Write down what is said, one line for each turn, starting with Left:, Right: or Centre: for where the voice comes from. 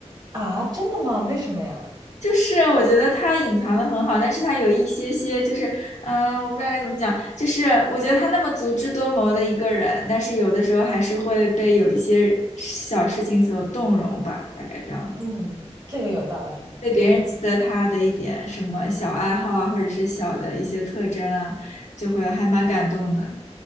Right: 啊！真的吗？为什么呀？
Left: 就是我觉得他隐藏的很好，但是他有一些些，就是嗯，我不知道该怎么讲，就是我觉得他那么足智多谋的一个人，但是有的时候还是会被有一些小事情所动容吧，大概这样子。
Right: 嗯，这个有道理。
Left: 对别人记得他的一点什么小爱好啊，
Right: 对对，
Left: 或者是小的一些特征啊，就会还蛮感动的。